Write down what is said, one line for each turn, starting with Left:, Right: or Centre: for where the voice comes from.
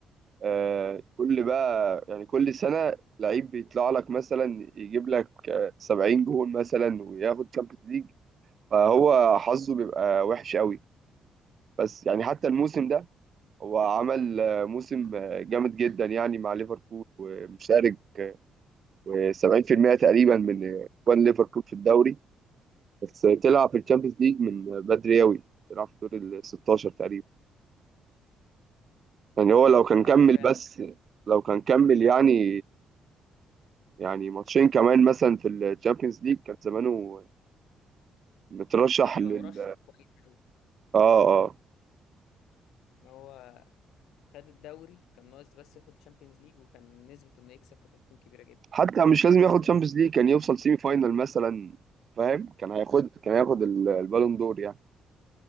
Right: آه، كل بقى يعني كل سنة لعيب بيطلع لك مثلا يجيب لك آه، 70 جون مثلا وياخد تشامبيونز ليج فهو حظه بيبقى وحش قوي بس يعني حتى الموسم ده هو عمل آه، موسم آه، جامد جدا يعني مع ليفربول ومشارك آه، 70% تقريبا من اجوان ليفربول في الدوري بس طلع في الشامبيونز ليج من آه، بدري قوي طلع في دور ال 16 تقريبا يعني هو لو كان
Left: اه
Right: كمل
Left: فعلا
Right: بس لو كان كمل يعني يعني ماتشين كمان مثلا في الشامبيونز ليج كان زمانه مترشح
Left: كان هيبقى
Right: لل
Left: مرشح كويس قوي
Right: اه اه
Left: هو خد الدوري كان ناقص بس ياخد الشامبيونز ليج وكان نسبة انه يكسب كانت هتكون كبيرة جدا
Right: حتى مش لازم
Left: بس
Right: ياخد
Left: هو
Right: شامبيونز ليج كان يوصل سيمي فاينال مثلا فاهم كان هياخد كان هياخد ال- البالون دور يعني